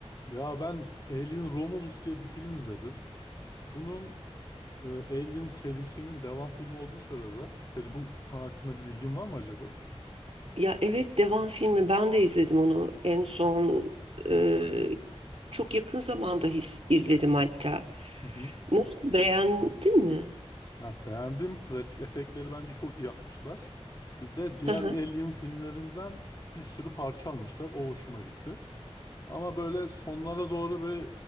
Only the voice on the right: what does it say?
Ya evet Devan filmi ben de izledim onu en son e, çok yakın zamanda his- izledim hatta.
Nasıl beğendin mi?
Hı hı.